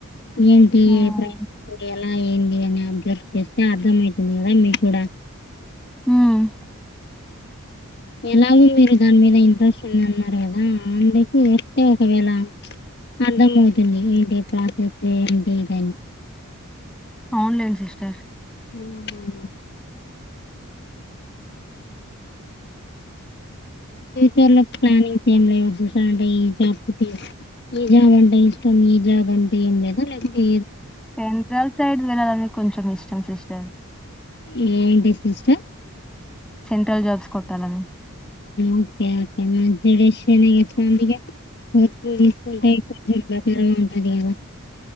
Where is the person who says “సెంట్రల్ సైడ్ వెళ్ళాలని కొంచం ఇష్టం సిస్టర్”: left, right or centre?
Centre